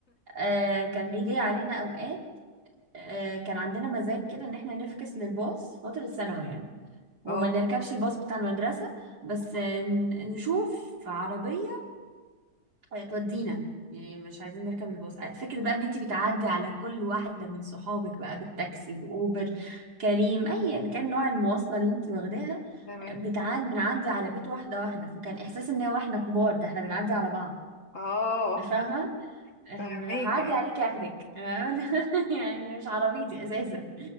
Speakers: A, on the right (about 70°); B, on the left (about 50°).
A: آه كان بيجي علينا اوقات آه كان عندنا مزاج كده ان احنا نفكس للباص فتره الثانوي يعني وما
B: اه
A: نركبش الباص بتاع المدرسه بس
B: آه،
A: آه، ن- نشوف عربية آه، تودينا يعني مش عايزين نركب الباص آه، فكرة بقى ان انتي بتعدي على كل واحدة من صحابك بقى بالتاكسي بأوبر كريم ايا كان نوع المواصلة اللي انتي واخداها
B: تمام
A: بتعدي بنعدي على بيت واحدة واحدة فكان احساس ان هو احنا كبار ده احنا بنعدي على بعض
B: اه
A: فاهمة احنا
B: فاهمك
A: من- هعدي عليك اخدك <laughs> يعني مش عربيتي اساسا